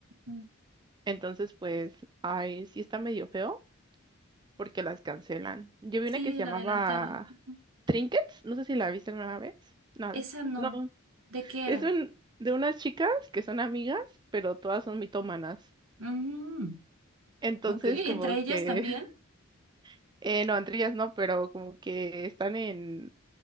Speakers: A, on the right (about 70°); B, on the right (about 20°).
A: Mm.
B: Entonces, pues, ay, sí está medio feo porque las cancelan. Yo vi
A: Sí,
B: una que se llamaba
A: la adelantaron. Ujú.
B: Trinkets, no sé si la viste alguna vez. No,
A: Esa no.
B: no,
A: ¿De qué
B: es
A: era?
B: un, de unas chicas que son amigas, pero todas son mitómanas.
A: Mm.
B: Entonces,
A: Ok, ¿entre
B: como
A: ellas
B: que
A: también?
B: <laughs> eh, no, entre ellas no, pero como que están en